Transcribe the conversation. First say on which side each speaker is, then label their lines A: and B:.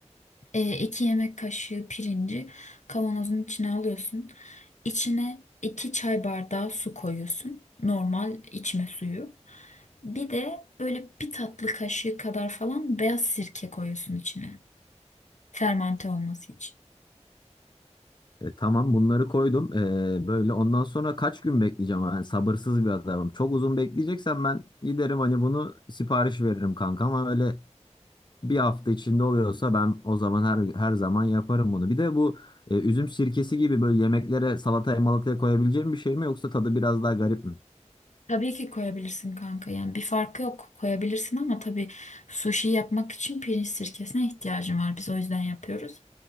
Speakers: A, on the left (about 85°); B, on the left (about 40°).
A: e, iki yemek kaşığı pirinci kavanozun içine alıyorsun. İçine iki çay bardağı su koyuyorsun. Normal içme suyu. Bir de böyle bir tatlı kaşığı kadar falan beyaz sirke koyuyorsun içine. Fermante olması için.
B: E, tamam bunları koydum. E, böyle ondan sonra kaç gün bekleyeceğim? Yani sabırsız bir adamım. Çok uzun bekleyeceksen ben giderim hani bunu sipariş veririm kanka ama öyle bir hafta içinde oluyorsa ben o zaman her her zaman yaparım bunu. Bir de bu e, üzüm sirkesi gibi böyle yemeklere salataya malataya koyabileceğim bir şey mi yoksa tadı biraz daha garip mi?
A: Tabii ki koyabilirsin kanka. Yani bir farkı yok. Koyabilirsin ama tabii sushi yapmak için pirinç sirkesine ihtiyacım var. Biz o yüzden yapıyoruz.